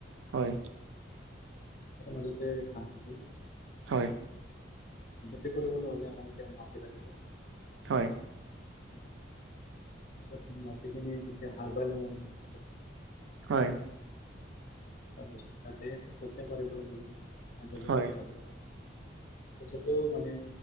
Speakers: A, on the right (about 85°); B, on the left (about 45°).
A: হয়।
B: আটা মাজতে ধান খেতি
A: হয়।
B: খেতি কৰিবলৈ হলে আমাক এতিয়া মাটি লাগিব।
A: হয়।
B: তাৰ পিছত মাটিখিনি যেতিয়া হাল বাই লম আৰু ন,,,,
A: হয়।
B: তাৰপিছত তাতে কঠীয়া পাৰিব লাগিব আনিবলৈ
A: হয়
B: গলে,,, <inaudible> তথাপিউ মানে